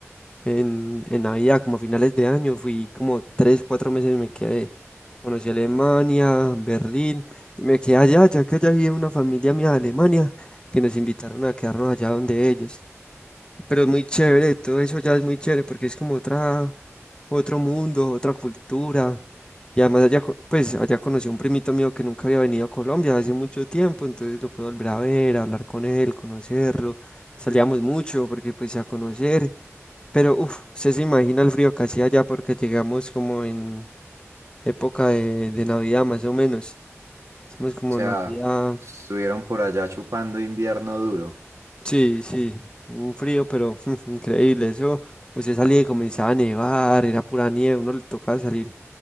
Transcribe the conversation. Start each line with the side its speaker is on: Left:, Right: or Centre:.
Left: En, en Navidad, como a finales de año, fui como tres, cuatro meses y me quedé. Conocí Alemania, Berlín, y me quedé allá, ya que allá había una familia mía de Alemania, que nos invitaron a quedarnos allá donde ellos. Pero es muy chévere, todo eso ya es muy chévere, porque es como otra, otro mundo, otra cultura. Y además allá, co- pues allá conocí a un primito mío que nunca había venido a Colombia hace mucho tiempo, entonces lo pude volver a ver, hablar con él, conocerlo. Salíamos mucho porque pues a conocer. Pero, uff, usted se imagina el frío que hacía allá porque llegamos como en época de, de Navidad, más o menos. Estamos como
Right: O sea,
Left: Navidad.
Right: estuvieron por allá chupando invierno duro.
Left: Sí, sí, un frío, pero <laughs> increíble. Eso, usted salía y comenzaba a nevar, era pura nieve. Uno le tocaba salir